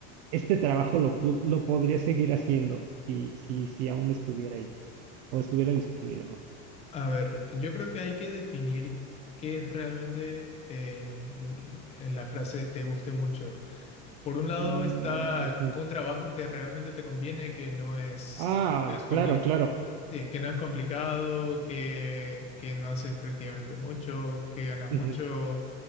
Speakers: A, on the right; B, on the left.
A: este trabajo lo, pu- lo podría seguir haciendo si, si, si aún estuviera ahí o estuviera disponible más.
B: A ver, yo creo que hay que definir qué es realmente eh, en, en la frase te guste mucho. Por un lado
A: Mm,
B: está
A: ujú.
B: un trabajo que realmente te conviene, que no es,
A: Ah,
B: no es compli-
A: claro, claro.
B: sí, que no es complicado, que, que no haces prácticamente mucho, que ganas
A: Ujú.
B: mucho